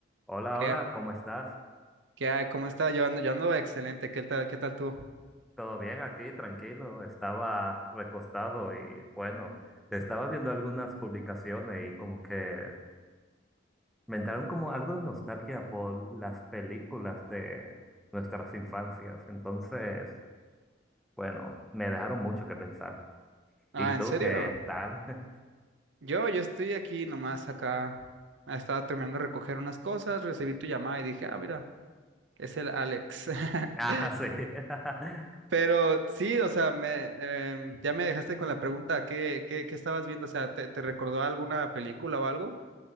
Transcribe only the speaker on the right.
¿Qué,
qué hay? ¿Cómo está? Yo ando, yo ando excelente. ¿Qué tal, qué tal tú?
Ah,
¿en serio?
Yo, yo estoy aquí nomás acá. Ah, Estaba terminando de recoger unas cosas, recibí tu llamada y dije, ah, mira, es el Alex. <laughs>
Pero sí, o sea, me, em, ya me dejaste con la pregunta, ¿qué, qué, qué estabas viendo? O sea, ¿te, te recordó alguna película o algo?